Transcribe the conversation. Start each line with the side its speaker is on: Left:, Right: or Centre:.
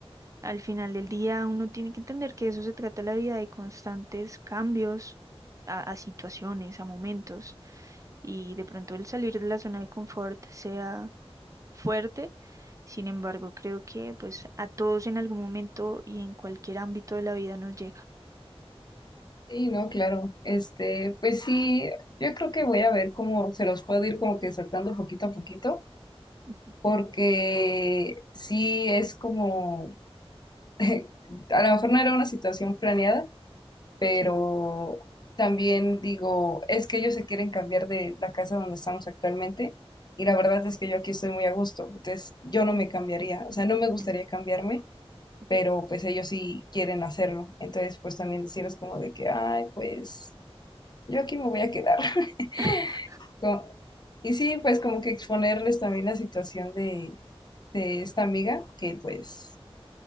Right: al final del día uno tiene que entender que eso se trata la vida de constantes cambios a, a situaciones, a momentos, y de pronto el salir de la zona de confort sea fuerte. Sin embargo, creo que pues a todos en algún momento y en cualquier ámbito de la vida nos llega.
Left: Sí, no, claro. Este, pues sí, yo creo que voy a ver cómo se los puedo ir como que saltando poquito a poquito,
Right: Ujú,
Left: porque sí es como, <laughs> a lo mejor no era una situación planeada, pero
Right: Sí.
Left: también digo, es que ellos se quieren cambiar de la casa donde estamos actualmente y la verdad es que yo aquí estoy muy a gusto, entonces yo no
Right: Ujú,
Left: me cambiaría, o sea, no me gustaría
Right: ujú,
Left: cambiarme
Right: ujú.
Left: pero pues ellos sí quieren hacerlo. Entonces, pues también decirles como de que, ay, pues yo aquí me voy a quedar. <laughs>
Right: <laughs>
Left: Como- Y sí, pues como que exponerles también la situación de, de esta amiga, que pues